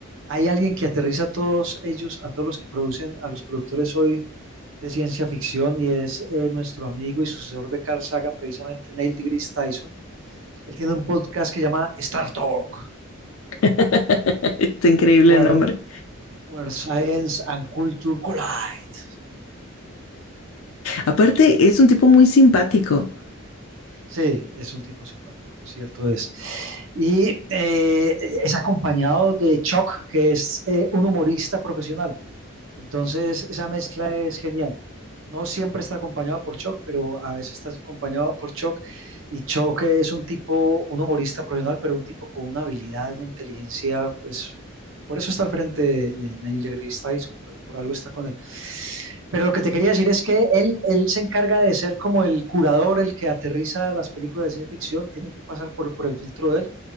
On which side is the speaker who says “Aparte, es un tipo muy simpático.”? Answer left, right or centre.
Left